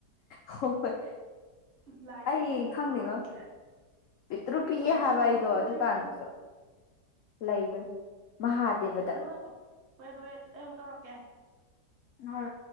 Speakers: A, on the left; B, on the right.
A: ꯍꯣꯏ ꯍꯣꯏ
B: ꯂꯥꯏꯗ
A: ꯑꯩ
B: ꯅꯤꯔꯒ ꯄꯣꯛꯄ
A: ꯈꯪꯗꯦꯉꯣ
B: ꯑꯉꯥꯡꯁꯦ
A: ꯄꯤꯛꯇ꯭ꯔꯨ ꯄꯤꯛꯑꯦ
B: ꯃꯆꯤꯡ
A: ꯍꯥꯏꯕ ꯑꯩꯗꯣ
B: ꯑꯃꯝꯗꯤ
A: ꯑꯗꯨꯀꯥꯟꯗꯨꯁꯨ
B: ꯂꯩꯕꯅꯤꯉꯣ
A: ꯂꯩꯕꯅꯤ ꯃꯍꯥꯗꯦꯕꯗ
B: ꯎꯝ ꯑꯗꯨ ꯅꯥꯏꯈꯣ ꯋꯦꯠ ꯋꯦꯠ ꯑꯩ ꯑꯃꯨꯛ ꯇꯧꯔꯛꯀꯦ
A: ꯍꯣꯏ